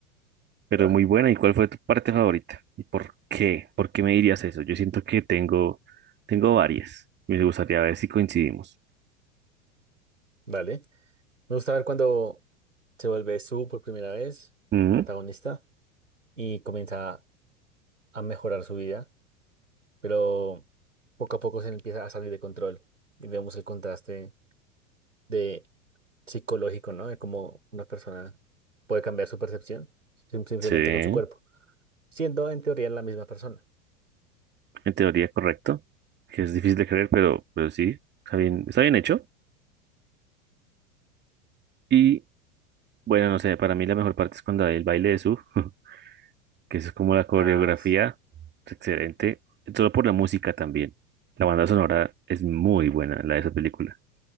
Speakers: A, on the right (about 30°); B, on the right (about 85°).
A: pero
B: Ah,
A: muy buena. ¿Y cuál fue tu parte favorita? ¿Y por qué? ¿Por qué me dirías eso? Yo siento que tengo, tengo varias. Me gustaría ver si coincidimos.
B: vale. Me gusta ver cuando se vuelve Su por primera vez,
A: Ujú,
B: el protagonista, y comienza a mejorar su vida, pero poco a poco se empieza a salir de control y vemos el contraste de psicológico, ¿no? De cómo una persona puede cambiar su percepción sim- simplemente
A: Sí, en
B: con su cuerpo. siendo en teoría la misma persona.
A: teoría correcto, que es difícil de creer, pero, pero sí, está bien, está bien hecho. Y bueno, no sé, para mí la mejor parte es cuando hay el baile de su, <laughs> que eso es como la coreografía,
B: Ah, s-
A: es excelente, solo por la música también. La banda sonora es muy buena, la de esa película.